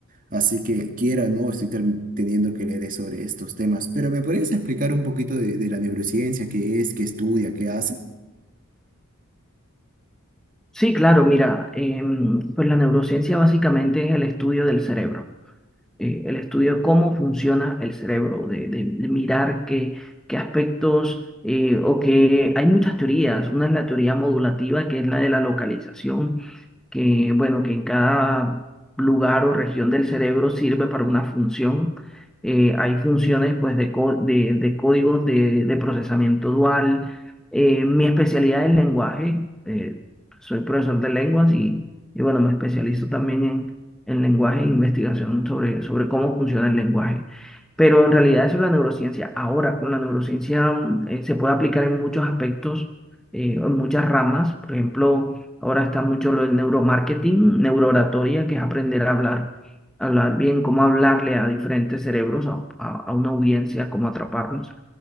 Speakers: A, on the right (about 40°); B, in the centre.
A: así que quiera o no, estoy term- teniendo que leer sobre estos temas, pero ¿me podrías explicar un poquito de, de la neurociencia, qué es, qué estudia, qué hace?
B: Sí, claro, mira, em, pues la neurociencia básicamente es el estudio del cerebro. eh, el estudio de cómo funciona el cerebro, de, de- de mirar qué, qué aspectos, eh, o que hay muchas teorías. Una es la teoría modulativa, que es la de la localización, que, bueno, que en cada lugar o región del cerebro sirve para una función. Eh, hay funciones, pues, de, có- de, de códigos de, de procesamiento dual. Eh, mi especialidad es lenguaje. eh, soy profesor de lenguas y, y, bueno, me especializo también en el lenguaje, investigación sobre, sobre cómo funciona el lenguaje. Pero en realidad eso es la neurociencia. Ahora, con la neurociencia mm, eh, se puede aplicar en muchos aspectos, eh, en muchas ramas. Por ejemplo, ahora está mucho lo del neuromarketing, neurooratoria, que es aprender a hablar, hablar bien, cómo hablarle a diferentes cerebros, a, a- a una audiencia, cómo atraparlos.